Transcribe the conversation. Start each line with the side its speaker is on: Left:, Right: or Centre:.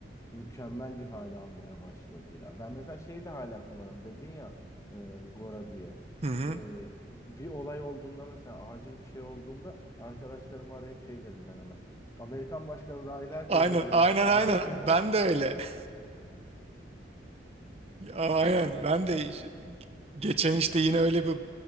Left: mükemmel bir hale almaya başladı ya. Ben mesela şeyi de hala kullanıyorum. Dedin ya e, Gora diye.
Right: Hı hı.
Left: E, bir olay olduğunda mesela acil bir şey olduğunda arkadaşlarımı arayıp şey derim ben hemen. Amerikan başkanı dahil herkes
Right: Aynen
Left: devreye
Right: aynen
Left: sokun
Right: aynen
Left: diye. <laughs>
Right: ben de öyle. <laughs> Ya, Aynen
Left: E,
Right: ben de iş- geçen işte yine öyle bir